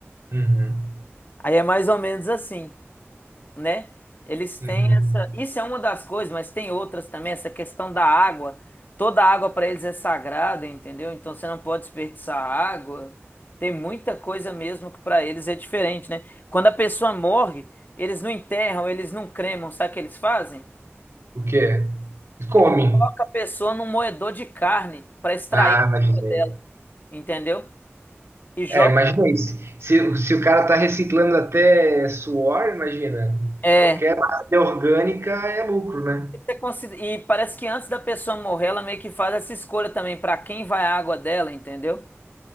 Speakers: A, on the right (about 65°); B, on the left (about 40°).
A: Uhum.
B: Aí é mais ou menos assim né? Eles têm
A: Uhum.
B: essa. Isso é uma das coisas, mas tem outras também, essa questão da água. Toda água para eles é sagrada, entendeu? Então você não pode desperdiçar água. Tem muita coisa mesmo que para eles é diferente, né? Quando a pessoa morre, eles não enterram, eles não cremam, sabe o que eles fazem?
A: O quê? Come.
B: Eles colocam a pessoa num moedor de carne para extrair
A: Ah,
B: a
A: imaginei.
B: água dela, entendeu? E joga.
A: É, imagina isso. Se, se o cara tá reciclando até suor, imagina.
B: É.
A: Qualquer matéria orgânica é lucro, né?
B: Isso é consider- E parece que antes da pessoa morrer, ela meio que faz essa escolha também para quem vai a água dela, entendeu?